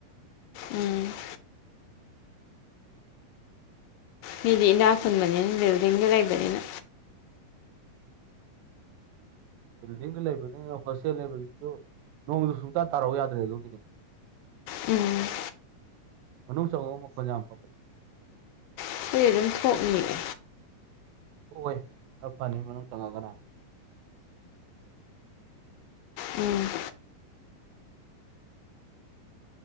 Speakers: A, on the left (about 80°); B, on the right (about 80°).
A: ꯎꯝ ꯃꯤꯗꯤ ꯏꯅꯥꯛ ꯈꯨꯟꯕꯅꯤꯟꯅ ꯕꯤꯜꯕꯗꯤꯡꯒ ꯔꯏꯕꯅꯤꯅ
B: ꯕꯤꯜꯗꯤꯡꯗꯨ ꯂꯩꯕꯅꯤꯅ ꯍꯣꯁꯇꯦꯜ ꯂꯩꯕꯖꯤꯖꯨ ꯅꯣꯡꯗꯨ ꯁꯨꯡꯇꯥ ꯇꯥꯔꯧ ꯌꯥꯗ꯭ꯔꯦ ꯑꯗꯨꯒꯤꯅꯦ <inaudible>
A: ꯎꯝ
B: ꯃꯅꯨꯡ ꯆꯪꯉꯛꯑꯣ ꯃꯈꯣꯜ ꯌꯥꯝ ꯍꯧꯋꯦ
A: <unintelligible> ꯑꯗꯨꯝ ꯊꯣꯛꯅꯤꯌꯦ
B: ꯊꯣꯛꯑꯣꯏ ꯈꯔ ꯐꯅꯤ ꯃꯅꯨꯡ ꯆꯪꯉꯛꯑꯒꯅ
A: ꯎꯝ